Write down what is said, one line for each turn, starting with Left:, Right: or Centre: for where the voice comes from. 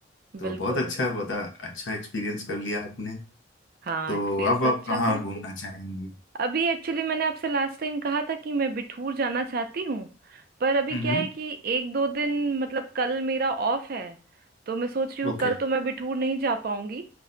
Left: तो
Right: बिल्कुल
Left: बहुत अच्छा बता अच्छा एक्सपीरियंस कर लिया आपने
Right: हाँ
Left: तो
Right: एक्सपीरियंस
Left: अब
Right: तो अच्छा
Left: आप कहाँ
Right: गया
Left: घूमना चाहेंगी
Right: अभी एक्चुअली मैंने आपसे लास्ट टाइम कहा था कि मैं बिठूर जाना चाहती हूँ पर अभी
Left: हम्म
Right: क्या है कि एक दो दिन मतलब कल मेरा ऑफ है तो मैं सोच रही हूँ
Left: ओके
Right: कल तो मैं बिठूर नहीं जा पाऊंगी